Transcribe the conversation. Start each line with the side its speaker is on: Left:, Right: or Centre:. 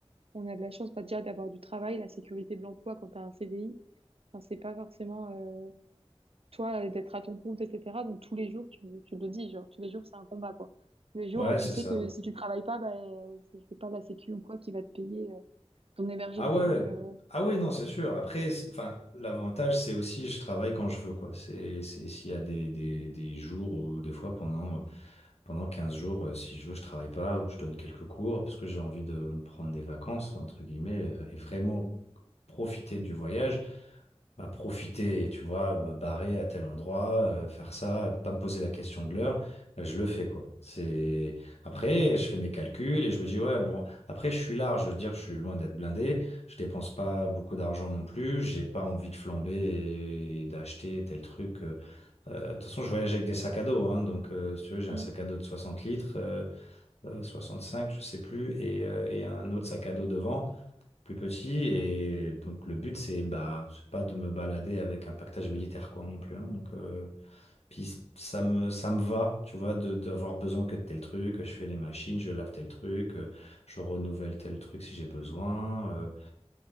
Right: on a de la chance bah, déjà d'avoir du travail, la sécurité de l'emploi quand t'as un CDI, enfin, c'est pas forcément euh, toi euh, d'être à ton compte etc. Donc tous les jours tu, le- tu le dis genre tous les jours c'est un combat quoi. Tous les jours
Left: ouais,
Right: euh, tu
Left: c'est
Right: sais
Left: ça.
Right: que si tu travailles pas bah euh, c'est c'est pas la sécu ou quoi qui va te payer euh, ton hébergement
Left: Ah ouais,
Right: donc euh,
Left: ah oui, non, c'est sûr. Après, c'est- enfin, l'avantage, c'est aussi je travaille quand je veux, quoi. C'est, c'est s'il y a des, des, des jours ou des fois pendant Pendant 15 jours, euh, si je veux, je travaille pas ou je donne quelques cours parce que j'ai envie de me prendre des vacances, entre guillemets, et vraiment profiter du voyage, bah, profiter, tu vois, me barrer à tel endroit, euh, faire ça, pas me poser la question de l'heure, bah, je le fais, quoi. C'est... Après, je fais mes calculs et je me dis, ouais, bon, après, je suis large, je veux dire, je suis loin d'être blindé, je dépense pas beaucoup d'argent non plus, j'ai pas envie de flamber et, et d'acheter tel truc. euh, euh, de toute façon, je voyage avec des sacs à dos, hein, donc euh, si tu veux, j'ai
Right: mm,
Left: un sac à dos de 60 litres, euh, euh, 65, je sais plus, et, euh, et un autre sac à dos devant, plus petit. Et donc le but, c'est bah, c'est pas de me balader avec un pactage militaire, quoi, non plus. hein. donc euh, puis ça me, ça me va, tu vois, de, d'avoir besoin que de tel truc. Je fais les machines, je lave tel truc, euh, je renouvelle tel truc si j'ai besoin. euh,